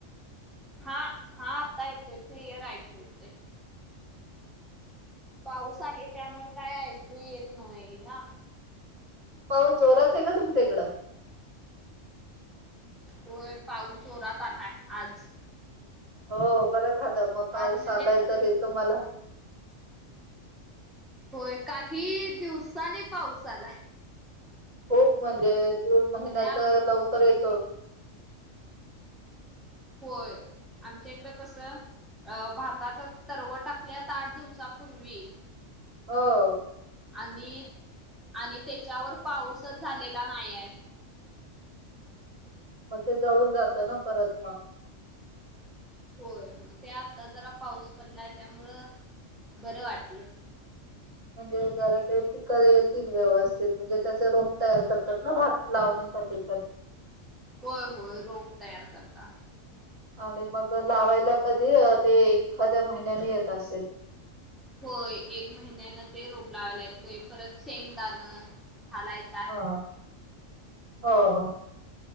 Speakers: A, in the centre; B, on the right (about 85°).
A: हा हा आता येत क्लियर आयकोयेत ते पाऊस आहे त्यामुळे काय ऐकू येत नाही ना
B: पाऊस जोरात आहे का तुमच्या इकडं
A: होय पाऊस जोरात आलाय आज
B: हो बरं झालं मग पाऊस
A: आज म्हणजे
B: आलाय तर येतो मला
A: होय काही दिवसानी पाऊस आलाय
B: खूप म्हणजे जून महिन्यात
A: म्हणजे आम
B: लवकर येतो
A: होय आमच एकदा कसं अ भाताच तरव टाकल्यात आठ दिवसाांपूर्वी
B: हो
A: आणि आणि त्याच्यावर पाऊसच झालेला नाही आहे
B: मग ते जळून जातं ना परत मग
A: होय मग ते आता जरा पाऊस पडलाय त्यामुळं बरं वाटलं
B: म्हणजे जरा ते येतील व्यवस्थित म्हणजे त्याचे रोप तयार करतात ना भात लावण्यासाठी पण
A: होय होय रोप तयार करता
B: आणि मग लावायला कधी ते एखाद्या महिन्याने येत असेल
A: होय एक महिन्यानं ते रोप लावाय ला यतंय परत शेंगदाणं झालायचं
B: ह हो हो